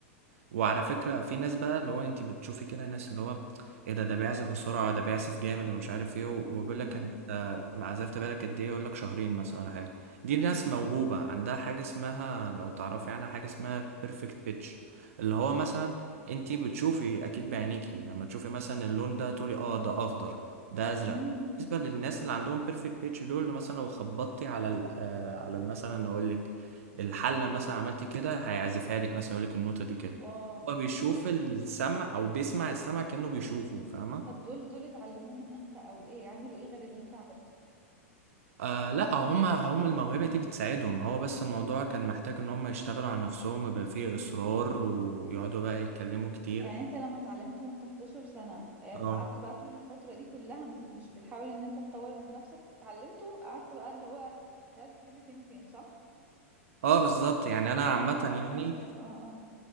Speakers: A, on the right; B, on the right.
A: وعلى فكرة في ناس بقى اللي هو انت بتشوفي كده ناس اللي هو ايه ده ده بيعزف بسرعة ده بيعزف جامد ومش عارف ايه و- وبيقول لك
B: امم
A: انت عزفت بالك قد ايه يقول لك شهرين مثلا ولا حاجة دي ناس موهوبة عندها حاجة اسمها لو تعرفي عنها حاجة اسمها بيرفكت بيتش اللي هو مثلا انت بتشوفي اكيد بعينيكي لما تشوفي مثلا اللون ده تقولي اه ده اخضر ده ازرق
B: امم
A: بالنسبة للناس اللي عندهم بيرفكت بيتش دول مثلا لو خبطتي على ال آه، على ال- مثلا اقول لك الحلة مثلا عملت كده هيعزفها لك مثلا يقول لك النوتة دي كده
B: واو
A: هو بيشوف السمع او بيسمع السمع كأنه بيشوفه فاهمة
B: طب دول دول اتعلموه من امتى او ايه عملوا ايه غير اللي انت عملته
A: آه لا هما هم الموهبة دي بتساعدهم هو بس الموضوع كان محتاج ان هم يشتغلوا على نفسهم يبقى فيه اصرار ويقعدوا بقى يتكلموا كتير
B: يعني انت لما اتعلمته وانت 11 سنة آه،
A: اه
B: قعدت بقى طول الفترة دي كلها م- مش بتحاول ان انت تطور من نفسك انت اتعلمته قعدت بقى اللي هو تعزف كل فين وفين صح
A: اه بالظبط يعني انا عامة
B: اه فهمتك
A: يعني
B: اه اه